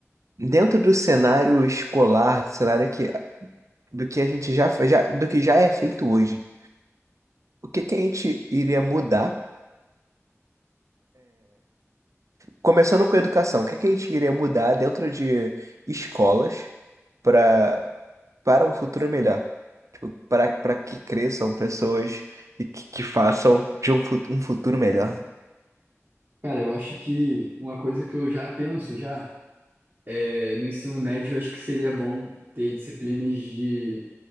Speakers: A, on the right; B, on the right.
A: dentro do cenário escolar, cenário que, do que a gente já, fa- já, do que já é feito hoje, o que que a gente iria mudar? Começando com a educação, o que que a gente iria mudar dentro de escolas para para um futuro melhor? Tipo, para para que cresçam pessoas e que, que façam de um, fu- um futuro melhor.
B: Cara, eu acho que uma coisa que eu já penso já é no ensino médio, eu acho que seria bom ter disciplinas de